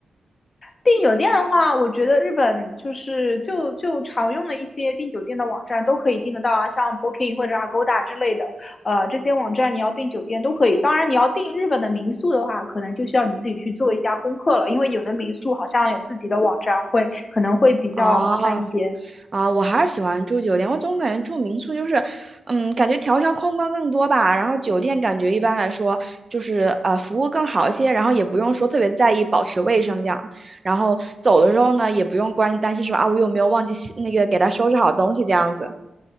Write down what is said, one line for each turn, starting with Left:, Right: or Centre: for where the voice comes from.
Left: 订酒店的话，我觉得日本就是就就常用的一些订酒店的网站都可以订得到啊，像 Booking 或者 Agoda 之类的，呃，这些网站你要订酒店都可以。当然，你要订日本的民宿的话，可能就需要你自己去做一下功课了，因为有的民宿好像有自己的网站会，可能会比较麻烦一些。
Right: 哦，啊，我还是喜欢住酒店。我总感觉住民宿就是，嗯，感觉条条框框更多吧。然后酒店感觉一般来说就是呃服务更好一些，然后也不用说特别在意保持卫生这样。然后走的时候呢，也不用关担心说啊我有没有忘记洗那个给他收拾好东西这样子。